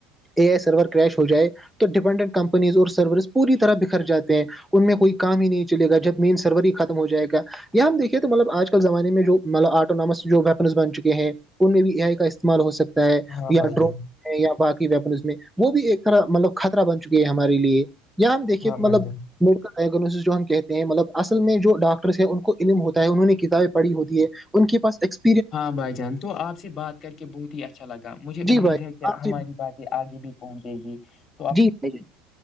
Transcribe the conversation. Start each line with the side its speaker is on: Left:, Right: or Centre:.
Centre: اے آئی سرور کریش ہو جائے تو ڈیپینڈنٹ کمپنیز اور سرورز پوری طرح بکھر جاتے ہیں ان میں کوئی کام ہی نہیں چلے گا جب مین سرور ہی ختم ہو جائے گا یہاں ہم دیکھیے تو مطلب آج کل زمانے میں جو مطلب آٹونامس جو ویپنس بن چکے ہیں ان میں بھی یہئی کا استعمال ہو سکتا ہے
Left: ہاں
Centre: یا
Left: بھائی
Centre: ڈرون
Left: جان
Centre: ہے یا باقی ویپن اس میں وہ بھی ایک طرح مطلب خطرہ بن چکی ہے ہمارے لیے یا ہم دیکھیے
Left: ہاں بھائی
Centre: مطلب
Left: جان
Centre: جو ہم کہتے ہیں مطلب اصل میں جو ڈاکٹرس ہیں ان کو علم ہوتا ہے انہوں نے کتابیں پڑھی ہوتی ہے ان کے پاس ایکس
Left: ہاں بھائی جان تو آپ سے بات کر کے بہت ہی اچھا لگا مجھے
Centre: جی
Left: امید
Centre: بھائی
Left: ہے کہ
Centre: آپ
Left: ہماری
Centre: سے-
Left: باتیں آگے بھی کونچی
Centre: جی بھائی جان